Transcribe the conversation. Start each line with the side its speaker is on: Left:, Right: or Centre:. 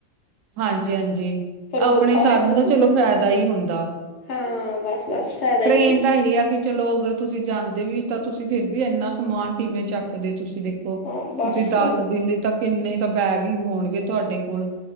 Right: ਹਾਂਜੀ -ਹਾਂਜੀ,
Left: ਪਰ ਉਹ
Right: ਆਪਣੇ
Left: ਔਖਾ ਹੋ
Right: ਸਾਧਨ
Left: ਜਾਣਾ
Right: ਦਾ
Left: ਸੀ
Right: ਚਲੋ ਫਾਇਦਾ ਹੀ ਹੁੰਦਾ
Left: ਹਾਂ, ਬਸ- ਬਸ ਫਾਇਦਾ
Right: ਟ੍ਰੇਨ
Left: ਹੀ ਹੁੰਦਾ
Right: ਦਾ ਇਹ ਆ ਕਿ ਚਲੋ ਅਗਰ ਤੁਸੀਂ ਜਾਂਦੇ ਵੀ ਤਾਂ ਤੁਸੀਂ ਫੇਰ ਵੀ ਇੰਨਾ ਸਮਾਨ ਕਿਵੇਂ ਚੱਕਦੇ ਤੁਸੀਂ ਦੇਖੋ ਉਹ,
Left: ਹਾਂ ਬਸ
Right: ਤੁਸੀਂ ਦਸ ਦਿਨ ਲਈ ਤਾਂ ਕਿੰਨੇ ਤਾਂ ਬੈਗ ਹੀ ਹੋਣਗੇ ਤੁਹਾਡੇ ਕੋਲ